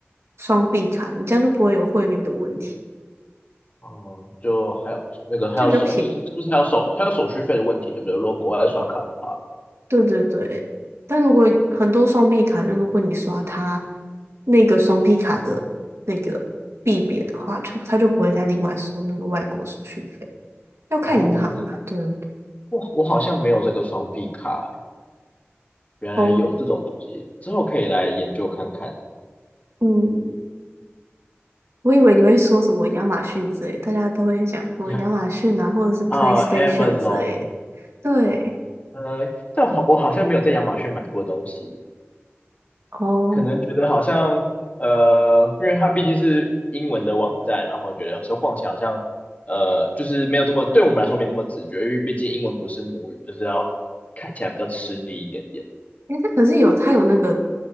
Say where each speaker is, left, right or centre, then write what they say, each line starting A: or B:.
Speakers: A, on the right (about 80°); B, on the left (about 35°).
A: 双币卡，你这样就不会有汇率的问题，
B: 嗯，就还有那个还有手，
A: 就比较便宜。
B: 是不是还有手还有手续费的问题，对不对？如果国外刷卡的话，
A: 对对对，但如果很多双币卡，就如果你刷它那个双币卡的那个币别的话，就它就不会再另外收那个外国手续费，要看银行啦。
B: 哦，我
A: 对对对，
B: 我我好像没有这个双币卡，原来有这种东西，
A: 哦，
B: 之后可以来研究看看。
A: 嗯，我以为你会说什么亚马逊之类，大家都会想说亚马逊啊，
B: 呀，
A: 或者是 PlayStation
B: 啊，Amazon，
A: 之类的。对，
B: 呃，但我我好像没有在亚马逊买过东西，
A: 哦，
B: 可能觉得好像，呃，因为它毕竟是英文的网站，然后觉得有时候逛起来好像，呃，就是没有这么，对我们来说没那么直觉，因为毕竟英文不是母语，就是要看起来比较吃力一点点。
A: 诶，它可是有它有那个